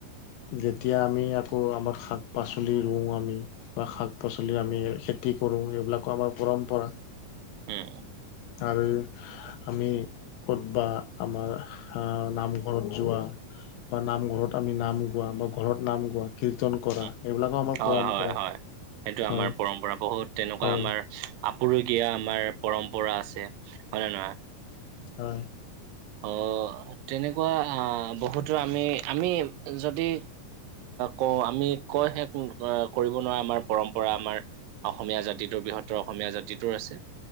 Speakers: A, on the left; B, on the right.
A: যেতিয়া আমি আকৌ আমাৰ শাক-পাচলি ৰুওঁ আমি বা শাক-পাচলি আমি খেতি কৰোঁ, এইবিলাকো আমাৰ পৰম্পৰা।
B: উম,
A: আৰু আমি ক'ত বা আমাৰ নামঘৰত যোৱা। বা নামঘৰত আমি নাম গোৱা, বা ঘৰত নাম গোৱা। কীৰ্তন কৰা,
B: উম,
A: এইবিলাকো আমাৰ
B: হয়,
A: পৰম্পৰা।
B: হয়, হয়। সেইটো
A: হয়
B: আমাৰ পৰম্পৰা, বহুত তেনেকুৱা
A: হয়
B: আমাৰ আপুৰুগীয়া আমাৰ পৰম্পৰা আছে, হয় নে নহয়?
A: হয়।
B: অহ, তেনেকুৱা আহ বহুতো আমি, আমি, যদি কও আমি কয় শেষ কৰিব নোৱাৰা আমাৰ পৰম্পৰা আমাৰ অসমীয়া জাতিটোৰ বৃহত্তৰ অসমীয়া জাতিটোৰ আছে।